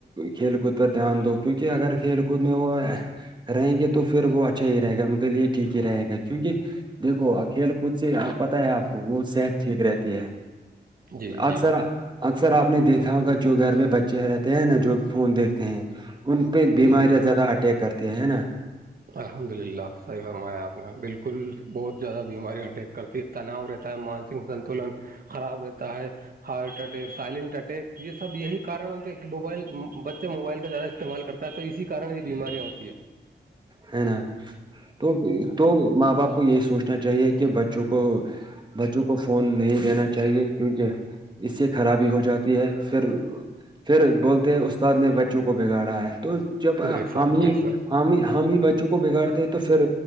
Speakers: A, on the right (about 25°); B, on the right (about 50°).
A: کھیل کود پہ دھیان دو کیوںکہ اگر کھیل کود میں وہ رہیں گے تو پھر وہ اچھا ہی رہے گا ان کے لیے ٹھیک ہی رہے گا کیونکہ دیکھو کھیل کود سے بتیا آپ کو وہ صحت ٹھیک رہتی ہے
B: جی جی
A: اکثر اکثر آپ نے دیکھا ہوگا جو گھر میں بچے رہتے ہیں نا جو فون دیکھتے ہیں ان پہ بیماریاں
B: جی
A: زیادہ اٹیک کرتی ہیں ہے نا
B: الحمد للہ صحیح فرمایا آپ نے بالکل بہت زیادہ بیماری اٹیک کرتی ہے تناور ہے مانسک سنتلن خراب رہتا ہے ہارٹ اٹیک سائلنٹ اٹیک یہ سب یہی کار کہ موبائل بچے موبائل کا زیادہ استعمال کرتا ہے تو اسی کن یہ بیماریاں ہوتی ہیں
A: ہے نا تو تو ماں باپ کو یہی سوچنا چاہیے کہ بچوں کو بچوں کو فون نہیں دینا چاہیے کیونکہ اس سے خرابی ہو جاتی ہے پھر پھر بولتے ہیں استاد نے بچوں کو بگاڑا ہے تو جب
B: بے شک
A: ہم
B: بے
A: ہی
B: شک
A: ہم ہم ہی بچوں کو بگاڑتے ہیں تو پھر